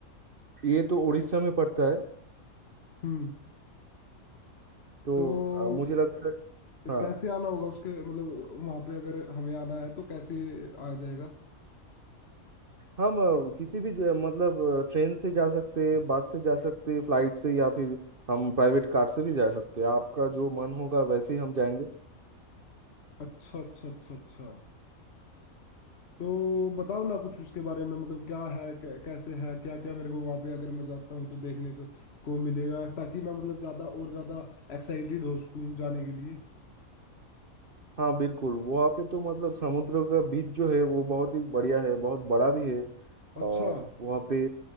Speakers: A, on the right; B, on the left.
A: ये तो उड़ीसा में पड़ता है
B: हम्म
A: तो
B: तो
A: अ, मुझे लगता है हाँ
B: कैसे आना होगा उसके मतलब वहाँ पे अगर हमें आना है तो कैसे आ जाएगा
A: हम अ, किसी भी ज- मतलब अ, ट्रेन से जा सकते हैं बस से जा सकते हैं फ्लाइट से या फिर हम प्राइवेट कार से भी जा सकते हैं आपका जो मन होगा वैसे ही हम जाएंगे
B: अच्छा अच्छा अच्छा अच्छा तो बताओ ना कुछ उसके बारे में मतलब क्या है कै- कैसे है क्या क्या मेरे को वहां पे अगर मैं जाता हूँ तो देखने को, को मिलेगा ताकि मैं मतलब ज्यादा और ज्यादा एक्साइटेड हो सकूँ जाने के लिए
A: हाँ बिल्कुल वहाँ पे तो मतलब समुद्र का बीच जो है वो बहुत ही बढ़िया है बहुत बड़ा भी है
B: अच्छा
A: और वहाँ पे